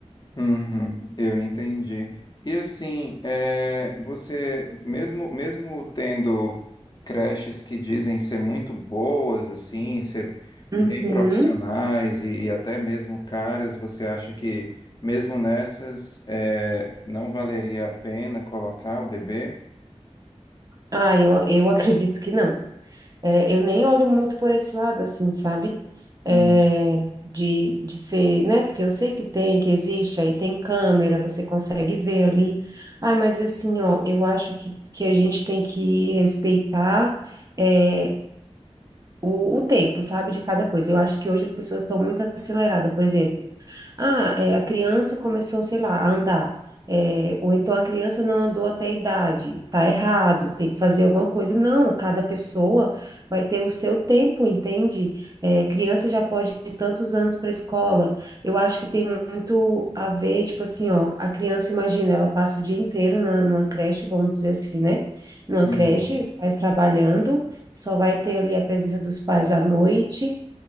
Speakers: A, on the left; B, on the right.
A: uhum, eu entendi. E assim, é, você, mesmo, mesmo tendo creches que dizem ser muito boas, assim, ser
B: Uhum.
A: bem profissionais e, e até mesmo caras, você acha que mesmo nessas, é, não valeria a pena colocar o bebê?
B: Ah, eu, eu acredito que não. É, eu nem olho muito por esse lado, assim, sabe? É,
A: Uhum,
B: de, de ser, né? Porque eu sei que tem, que existe, aí tem câmera, você consegue ver ali. Ai, mas assim, ó, eu acho que, que a gente tem que respeitar, é, o, o tempo, sabe, de cada coisa. Eu acho que hoje as pessoas estão muito aceleradas, por exemplo. Ah, é, a criança começou, sei lá, a andar. É, ou então a criança não andou até a idade, tá errado, tem que fazer alguma coisa. Não, cada pessoa vai ter o seu tempo, entende? É, criança já pode ir tantos anos para a escola. Eu acho que tem muito a ver, tipo assim, ó, a criança, imagina, ela passa o dia inteiro na, numa creche, vamos dizer assim, né? Numa
A: uhum,
B: creche, os pais trabalhando só vai ter ali a presença dos pais à noite